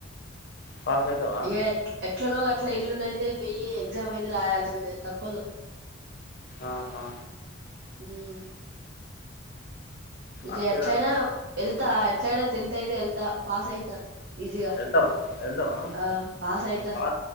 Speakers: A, on the left (about 50°); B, on the right (about 55°).
A: పాస్ అయితావా
B: ఇగా ఎట్లా ఎట్లనో గట్లా ఎల్లుండి అయితే అయితే బి ఎగ్జామ్ అయితే రాయాల్సిందే తప్పదు.
A: ఆహా
B: హ్మ్ ఇగా
A: అక్షయ్
B: ఎట్లయినా
A: గాడు
B: వెళ్తా ఎట్లయినా టెన్త్ అయితే ఎళ్తా పాస్ అయితా ఈజీగా
A: వెళ్తావా వెళ్తావా
B: ఆ పాస్ అయితా
A: పా